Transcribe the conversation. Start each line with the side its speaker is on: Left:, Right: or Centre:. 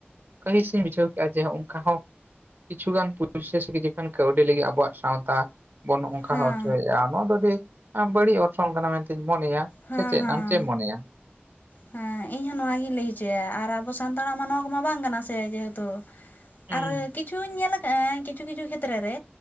Right: ᱠᱟᱹᱦᱤᱥ ᱤᱧ ᱵᱩᱡᱷᱟᱹᱣ ᱠᱮᱜᱼᱟ ᱡᱮ ᱦᱚᱜᱼᱚᱝᱠᱟ ᱦᱚᱸ ᱠᱤᱪᱷᱩ ᱜᱟᱱ <unintelligible> ᱠᱟᱹᱣᱰᱤ ᱞᱟᱹᱜᱤᱫ ᱟᱵᱚᱣᱟᱜ ᱥᱟᱶᱛᱟ ᱵᱚᱱ ᱦᱚᱜᱼᱚᱱᱠᱟ
Left: ᱦᱮᱸ
Right: ᱦᱚᱪᱚᱭᱮᱜᱼᱟ ᱱᱚᱣᱟ ᱫᱚ ᱟᱹᱰᱤ ᱵᱟᱹᱲᱤᱡ ᱚᱨᱥᱚᱝ ᱠᱟᱱᱟ ᱢᱮᱱᱛᱤᱧ ᱢᱚᱱᱮᱭᱟ
Left: ᱦᱮᱸ
Right: ᱥᱮ ᱪᱮᱫ
Left: ᱦᱮᱸ
Right: ᱟᱢ ᱪᱮᱫ ᱮᱢ ᱢᱚᱱᱮᱭᱟ?
Left: ᱦᱮᱸ ᱤᱧ ᱦᱚᱸ ᱱᱚᱣᱟᱜᱤᱧ ᱞᱟᱹᱭ ᱦᱚᱪᱚᱭᱟ, ᱟᱨ ᱟᱵᱚ ᱥᱟᱱᱛᱟᱲᱟᱜ ᱢᱟ ᱱᱚᱣᱟ ᱠᱚᱢᱟ ᱵᱟᱝ ᱠᱟᱱᱟ ᱥᱮ ᱡᱮᱦᱮᱛᱩ ᱾
Right: ᱦᱩᱸ
Left: ᱟᱨ ᱠᱤᱪᱷᱩᱧ ᱧᱮᱞ ᱠᱟᱜᱼᱟ ᱠᱤᱪᱷᱩ ᱠᱤᱪᱷᱩ ᱠᱷᱮᱛᱨᱮ ᱨᱮ